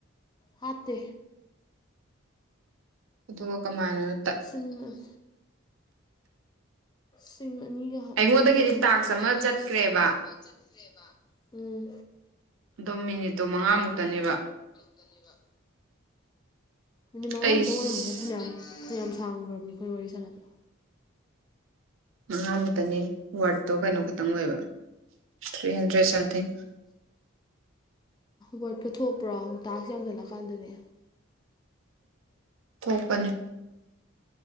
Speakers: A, on the left; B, on the right.
A: ꯍꯥꯞꯇꯦ
B: ꯑꯗꯨꯒ ꯀꯃꯥꯏꯅ
A: ꯁꯤꯨꯝ ꯁꯤꯟ ꯑꯅꯤꯒ ꯍꯥꯞꯅꯤꯡꯉꯥꯏ
B: ꯑꯩꯉꯣꯟꯗꯒꯤꯗꯤ
A: ꯌꯥꯎꯕ
B: ꯇꯥꯛꯁ
A: ꯅꯠꯇꯦ ꯑꯩꯉꯣꯟꯗꯤ
B: ꯑꯃ ꯆꯠꯈ꯭ꯔꯦꯕ
A: ꯆꯠꯇ꯭ꯔꯦꯕ ꯎꯝ
B: ꯑꯗꯣ ꯃꯤꯅꯤꯠꯇꯣ ꯃꯉꯥꯃꯨꯛꯇꯅꯦꯕ
A: ꯀꯅꯤꯕ ꯃꯤꯅꯤꯠ ꯃꯉꯥꯃꯨꯛꯇꯪ
B: ꯑꯩꯁ
A: ꯑꯣꯏꯔꯝꯕꯃ ꯍꯦ ꯐꯅꯌꯥꯝ ꯐꯅꯌꯥꯝ ꯁꯥꯡꯈ꯭ꯔꯕꯅꯤ ꯑꯩꯈꯣꯏꯅ ꯋꯥꯔꯤ ꯁꯥꯟꯅꯕ
B: ꯉꯝꯇꯅꯤ ꯋꯥꯔꯗꯠꯇꯣ ꯀꯩꯅꯣ ꯈꯛꯇꯪ ꯑꯣꯏꯕ ꯊ꯭ꯔꯤ ꯍꯟꯗ꯭ꯔꯦꯗ ꯁꯝꯊꯤꯡ <inaudible>
A: ꯋꯥꯠꯀ ꯊꯣꯛꯄ꯭ꯔꯣ ꯇꯥꯛꯁꯦ ꯌꯥꯝꯊꯠꯂꯛꯀꯥꯟꯗꯅꯦ
B: ꯀꯣꯛꯄꯅꯤ